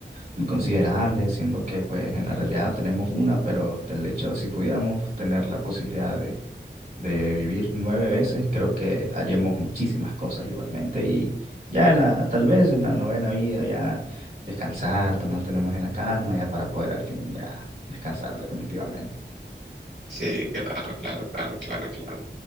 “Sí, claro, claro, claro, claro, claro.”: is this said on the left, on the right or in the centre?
Right